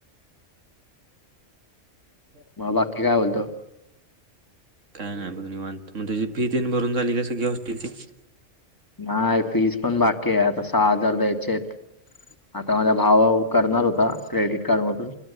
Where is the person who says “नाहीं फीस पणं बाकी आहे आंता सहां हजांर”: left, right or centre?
Left